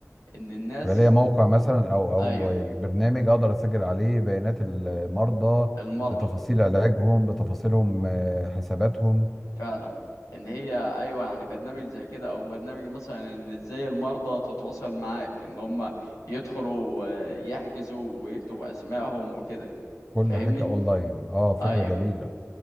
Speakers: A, on the left (about 85°); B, in the centre.
A: ان الناس
B: يبقى ليا موقع مثلا او او
A: ايوه
B: برنامج اقدر اسجل عليه بيانات المرضى
A: المرضى
B: بتفاصيل علاجهم بتفاصيلهم آه، حساباتهم
A: فعلا ان هي ايوه يعني برنامج زي كده او برنامج مثلا ان ازاي المرضى تتواصل معاك ان هم يدخلوا آه، يحجزوا ويكتبوا اسمائهم وكده
B: كل
A: فاهمني
B: حاجة اونلاين اه فكرة
A: ايوه
B: جميلة